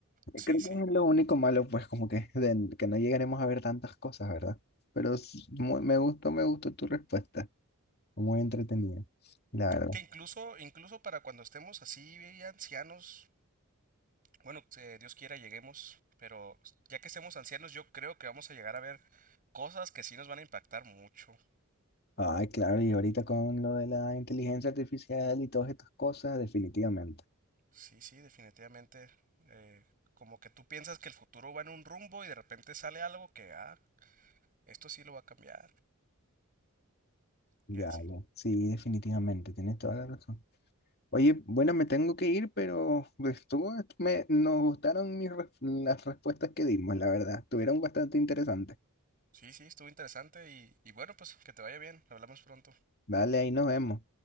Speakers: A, on the right (about 40°); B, on the left (about 45°).
A: Sí,
B: Creo
A: sí.
B: que es lo único malo, pues, como que, de- que no llegaremos a ver tantas cosas, ¿verdad? Pero es muy- me gustó, me gustó tu respuesta. Muy entretenida, la verdad.
A: Que incluso, incluso para cuando estemos así, eh, ancianos, bueno, eh, Dios quiera lleguemos, pero ya que estemos ancianos, yo creo que vamos a llegar a ver cosas que sí nos van a impactar mucho.
B: Ay, claro, y ahorita con lo de la inteligencia artificial y todas estas cosas, definitivamente.
A: Sí, sí, definitivamente. eh, como que tú piensas que el futuro va en un rumbo y de repente sale algo que, ah, esto sí lo va a cambiar.
B: Ya,
A: Y así.
B: ya. Sí, definitivamente. Tienes toda la razón. Oye, bueno, me tengo que ir, pero pues, tú- me, nos gustaron mis, ref- las respuestas que dimos, la verdad. Estuvieron bastante interesantes.
A: Sí, sí, estuvo interesante y, y bueno, pues que te vaya bien. Hablamos pronto.
B: Vale, ahí nos vemos.